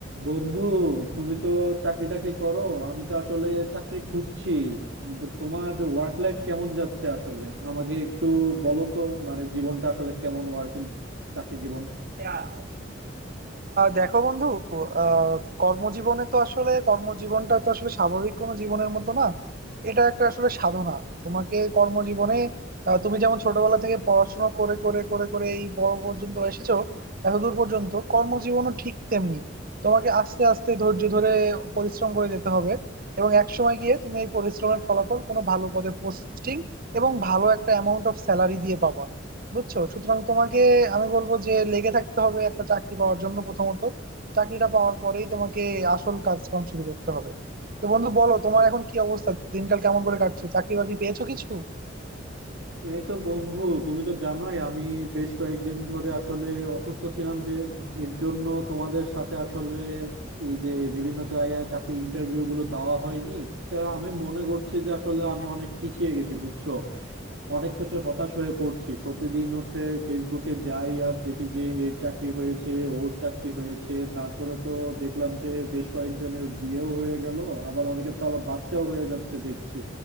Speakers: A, on the right; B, on the right.
A: বন্ধু তুমি তো চাকরি টাকরি করো আমি তো আসলে চাকরি খুঁজছি উম, তোমার ওয়ার্ক লাইফ কেমন যাচ্ছে আসলে আমাকে একটু বলো তো মানে জীবনটা আসলে কেমন ওয়ার্ক চাকরি জীবন
B: আহ দেখো বন্ধু আহ কর্মজীবনে তো আসলে কর্মজীবনটা তো আসলে স্বাভাবিক কোনো জীবনের মতো না এটা একটা আসলে সাধনা তোমাকে কর্মজীবনে আহ, তুমি যেমন ছোটবেলা থেকে পড়াশোনা করে করে করে করে এই বড় পর্যন্ত এসেছো এতদূর পর্যন্ত কর্মজীবনও ঠিক তেমনি তোমাকে আস্তে আস্তে ধৈর্য ধরে পরিশ্রম করে যেতে হবে এবং একসময় গিয়ে তুমি এই পরিশ্রমের ফলাফল কোনো ভালো পদে পোস্টিং এবং ভালো একটা অ্যামাউন্ট অফ স্যালারি দিয়ে পাবা বুঝছো সুতরাং তোমাকে আমি বলবো যে লেগে থাকতে হবে একটা চাকরি পাওয়ার জন্য প্রথমত চাকরিটা পাওয়ার পরেই তোমাকে আসল কাজকাম শুরু করতে হবে তো বন্ধু বলো তোমার এখন কি অবস্থা দিনকাল কেমন করে কাটছে চাকরি বাকরি পেয়েছো কিছু
A: এই তো বন্ধু তুমি তো জানোই আমি বেশ কয়েকদিন ধরে আসলে অসুস্থ ছিলাম বে- এর জন্য তোমাদের সাথে আসলে এই যে বিভিন্ন জায়গায় চাকরি ইন্টারভিউ গুলো দেওয়া হয়নি তা আমি মনে করছি যে আসলে আমি অনেক পিছিয়ে গেছি বুঝছো অনেক ক্ষেত্রে হতাশ হয়ে পড়ছি প্রতিদিন হচ্ছে ফেসবুকে যাই আর দেখি যে এর চাকরি হয়েছে ওর চাকরি হয়েছে তারপরে তো দেখলাম যে বেশ কয়েকজনের বিয়েও হয়ে গেল আবার অনেকের তো আবার বাচ্চাও হয়ে যাচ্ছে দেখছি